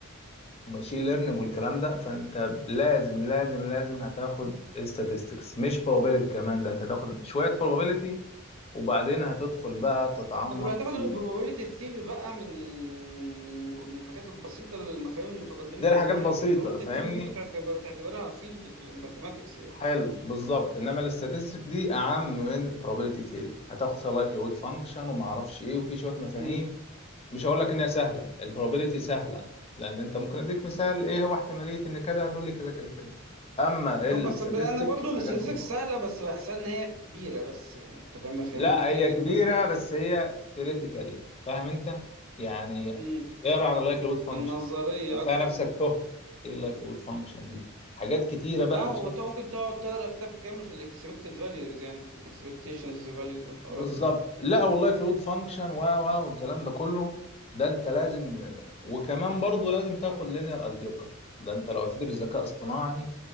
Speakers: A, on the left; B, on the right.
A: وماشين ليرنينج والكلام ده فانت لازم لازم لازم هتاخد statistics مش probability كمان ده انت هتاخد شويه probability وبعدين هتدخل بقى تتعمق
B: طب لو هتاخد
A: في
B: البروبابيلتي ثيري بقى من من مج- من الحاجات البسيطه المفاهيم المتقدمه
A: دي
B: اللي
A: الحاجات
B: فيها
A: بسيطه
B: يعني البروبابيلتي
A: فاهمني
B: ثيري دي ممكن تعتبر تعتبرها فيلد في الماثماتكس يعني
A: حلو بالظبط انما الاستاتستيك دي اعم من probability theory هتاخد فيها likelihood function وما اعرفش ايه وفي شويه مفاهيم
B: مم.
A: مش هقول لك ان هي سهله البروبابيلتي سهله لان انت ممكن اديك مثال ايه هو احتماليه ان كذا هتقول لي كذا كذا كذا اما الستاتستكس
B: هم أصل انا برضو
A: والحاجات
B: الاستاتستكس
A: المتقنه
B: سهله بس بحسها ان هي كبيره بس يعني انت فاهم مفاهيم
A: لا
B: كتير
A: هي
B: جدا
A: كبيره بس هي ثيوريتيكال فاهم انت يعني
B: مم.
A: اقرا عن اللايكليود فانكشن
B: النظريه
A: هتلاقي
B: اكتر
A: نفسك
B: مم.
A: تهت ايه اللايكليود فانكشن دي حاجات كتيره
B: لا
A: بقى
B: وانت
A: مش
B: ممكن تقعد تقرا كتاب كامل في الاكسبكتد فاليوز يعني والاكسبكتيشنز فاليوز والحوارات
A: بالظبط
B: دي
A: لا والله كلود فانكشن و و والكلام ده كله ده انت لازم وكمان برضه لازم تاخد لينير الجبرا ده انت لو هتدرس ذكاء اصطناعي